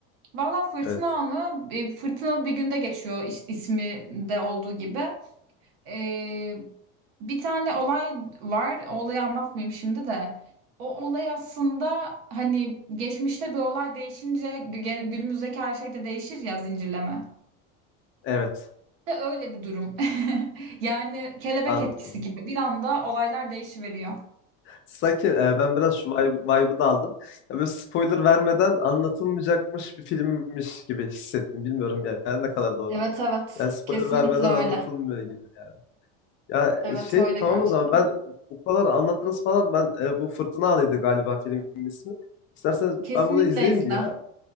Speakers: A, on the right; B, on the left.
A: Valla fırtına
B: Evet.
A: anı e, fırtınalı bir günde geçiyor is- ismi de olduğu gibi. Ee, bir tane olay var. O olayı anlatmayayım şimdi de. O olay aslında hani geçmişte bir olay değişince gü- günümüzdeki her şey de değişir ya zincirleme.
B: Evet.
A: De öyle bir durum. <laughs> Yani kelebek
B: Anladım.
A: etkisi gibi bir anda olaylar değişiveriyor.
B: Sanki e, ben biraz şu vibe- vibe'ı da aldım. Ya böyle spoiler vermeden anlatılmayacakmış bir filmmiş gibi hissettim. Bilmiyorum yani ne kadar doğru.
A: Evet evet
B: Yani spoiler
A: kesinlikle
B: vermeden
A: öyle.
B: anlatılmıyor gibi yani. Ya
A: Evet
B: e, şey
A: öyle
B: tamam
A: gerçekten.
B: o zaman ben bu kadar anlattınız falan ben e, bu Fırtına Anıydı galiba filmin ismi. İsterseniz
A: Kesinlikle
B: ben bunu izleyeyim
A: izle.
B: bir ya.